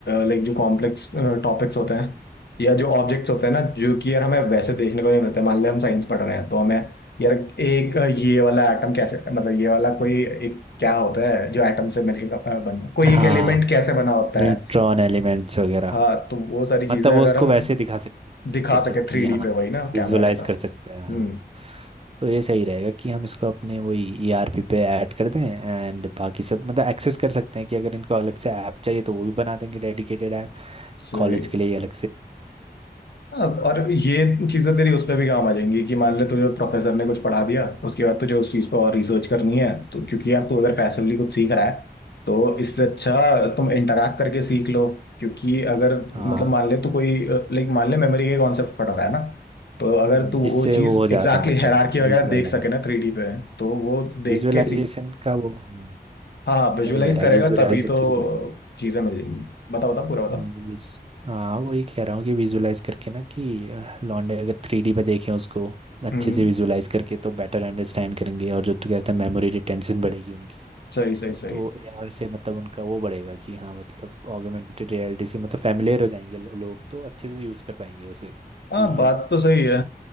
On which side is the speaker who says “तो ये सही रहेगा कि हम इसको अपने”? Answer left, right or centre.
Right